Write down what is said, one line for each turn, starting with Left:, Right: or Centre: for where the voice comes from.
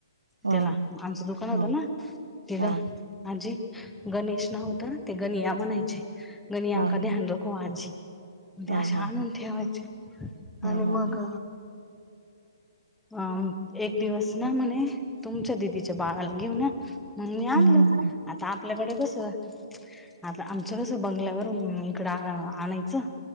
Right: हां,
Centre: त्याला आमचं दुकान होतं
Right: हां,
Centre: ना तिथं,
Right: हां,
Centre: आजी गणेश नाव होतं ना! ते गणिया म्हणायचे गणिया
Right: हां.
Centre: का ध्यान रखो आजी. त्या
Right: हा
Centre: अशा
Right: हा
Centre: आणून ठेवायच्या
Right: हा
Centre: आणि
Right: हा
Centre: मग
Right: हा
Centre: अ एक दिवस ना म्हणे तुमच्या दिदीच्या बाळाला घेऊन या, मग मी
Right: हम्म
Centre: आणलं
Right: हम्म
Centre: आता आपल्याकडे कस आता आम्ह चरस बंगल्यावरून इकड आणायचं